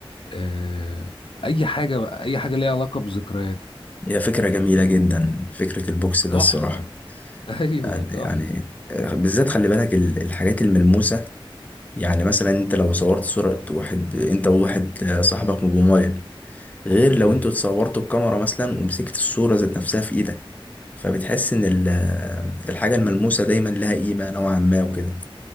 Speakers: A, on the left (about 70°); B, on the left (about 15°).
A: آه، أي حاجة بقى أي حاجة ليها علاقة بذكرياتك
B: هي فكرة جميلة جدا فكرة البوكس ده
A: تحفة
B: الصراحة
A: ايوه
B: يعني,
A: تحفه
B: يعني آه، بالذات خلي بالك ال- الحاجات الملموسة يعني مثلا انت لو صورت صورة واحد انت وواحد آه، صاحبك بموبايل غير لو
A: امم
B: انتوا اتصورتوا بكاميرا مثلا ومسكت الصورة ذات نفسها في ايدك فبتحس ان ال- آه، الحاجة الملموسة دايما لها قيمة نوعا ما وكده